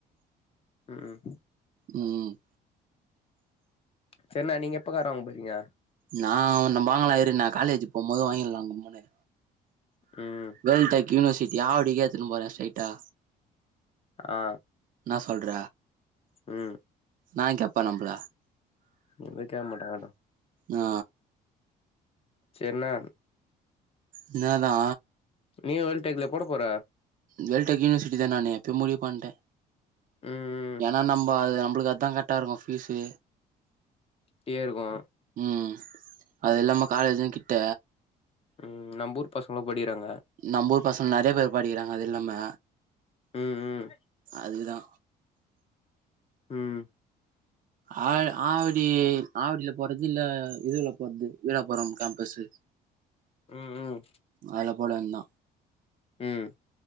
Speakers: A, on the left; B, on the right.
A: ம்
B: ம்
A: செர்ண்ண நீங்க எப்ப கார் வாங்க போறீங்க
B: நா ஒன்னு வாங்கலா இரு நா காலேஜீ போம் போது வாங்கில்லா நம் மோனு
A: ம்
B: வேல்டாக்கீ யுனிவர்சிட்டி ஆவடிக்கே திரும்போரே ஸ்டைட்டா
A: ஆ
B: இன்நா சொல்ற
A: ம்
B: நா கேப்பா நம்பள
A: எனகே மடாடு
B: ஆ
A: செர்ன்ன
B: என்னதா
A: நீயு வேல் டேக்லயா போட போற
B: வேல்டாக் யுனிவர்சிட்டி தா நானு எப்யோ முடிவ் பண்டே
A: ம் ம்
B: ஏனா நம்ப அது நம்ப்ளுக்கு அதா கரெட்டா இருக்கு பீஸு
A: அப்டியே இருக்கு
B: ம் அது இல்லாம காலேஜு கிட்ட
A: ம் நம்பூர் பசங்களு படிக்றாங்க
B: நம்பூர் பசங்க நெறைய பேர் படிக்கிறாங்க அது இல்லாம
A: ம்
B: அதுக்தா
A: ம்
B: ஆ ஆவடி ஆவடில போறதுல்ல இதுல போறது வீராபுரம் கேம்பஸு
A: ம் ம்
B: அதுல போட வேண்தா
A: ம்